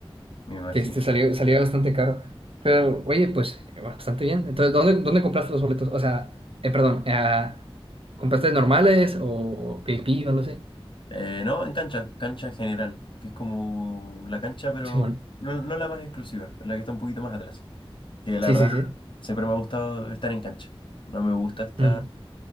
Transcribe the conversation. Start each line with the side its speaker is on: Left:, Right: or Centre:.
Left: me imagino.
Right: Este salió, salió bastante caro. Pero, oye, pues, eh, bastante bien. Entonces, ¿dónde, dónde compraste los boletos? O sea, eh, perdón, eh, ¿compraste normales o VIP o lo sé?
Left: Eh, no, en cancha, cancha general, que es como la cancha, pero
Right: Simón.
Left: no, no la más exclusiva, la que está un poquito más atrás. Que la
Right: Sí,
Left: verdad,
Right: sí, sí.
Left: siempre me ha gustado estar en cancha. No me gusta estar,
Right: Mm.